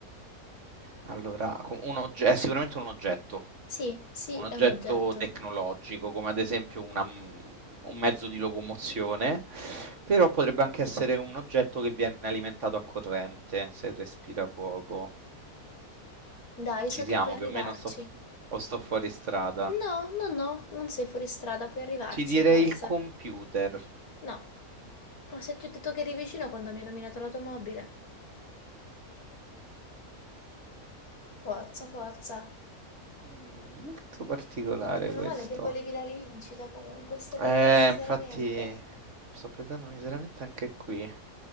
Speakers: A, on the right (about 55°); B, on the left (about 75°).
A: Allora, co- un ogge- è sicuramente un oggetto,
B: Sì, sì,
A: un
B: è
A: oggetto
B: un oggetto.
A: tecnologico, come ad esempio una m- un mezzo di locomozione, però potrebbe anche essere un oggetto che viene alimentato a corrente, se respira fuoco.
B: Dai,
A: Ci
B: so che
A: siamo,
B: puoi arrivarci.
A: più o meno sto, f- o sto fuori strada.
B: No, no, no, non sei fuori strada, puoi arrivarci,
A: Ti direi
B: forza.
A: il computer.
B: No, ma se ti ho detto che eri vicino quando mi hai nominato l'automobile. Forza, forza.
A: Mm, molto particolare
B: Meno
A: questo.
B: male che volevi la rivincita comunque, stai perdendo
A: Eh,
B: miseramente.
A: infatti sto perdendo miseramente anche qui.